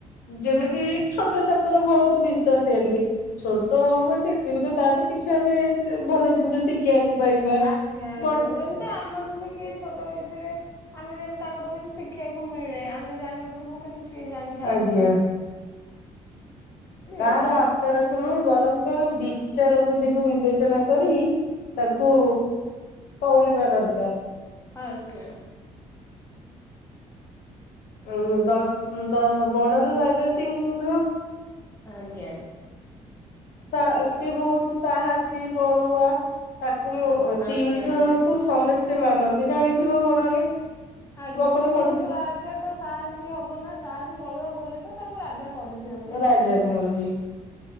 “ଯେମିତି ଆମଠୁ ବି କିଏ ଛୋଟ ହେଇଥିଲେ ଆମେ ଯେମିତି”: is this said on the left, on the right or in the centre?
Left